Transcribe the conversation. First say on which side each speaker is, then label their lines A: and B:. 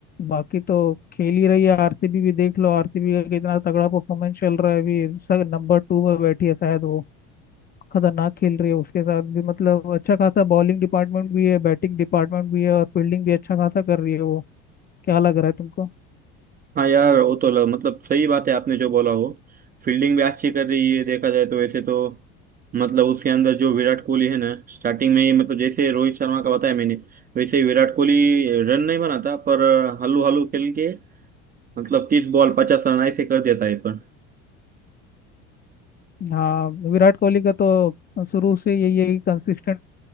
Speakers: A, on the left; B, on the right.
A: बाकी तो खेल ही रही है आरसीबी भी देख लो आरसीबी का कितना तगड़ा परफॉर्मेंस चल रहा है अभी सर नंबर टू में बैठी है शायद वो खतरनाक खेल रही है उसके साथ भी मतलब अच्छा खासा बॉलिंग डिपार्टमेंट भी है बैटिंग डिपार्टमेंट भी है और फील्डिंग भी अच्छा खासा कर रही है वो क्या लग रहा है तुमको
B: हाँ यार वो तो ल- मतलब सही बात है आपने जो बोला वो फील्डिंग भी अच्छी कर रही है देखा जाए तो वैसे तो मतलब उसके अंदर जो विराट कोहली है ना स्टार्टिंग में ही मतलब जैसे रोहित शर्मा का बताया मैंने वैसे ही विराट कोहली रन नहीं बनाता पर हल्लू हल्लू खेल के मतलब तीस बॉल पचास रन ऐसे कर देता है पर
A: हाँ विराट कोहली का तो शुरू से यही है कि कंसिस्टेंट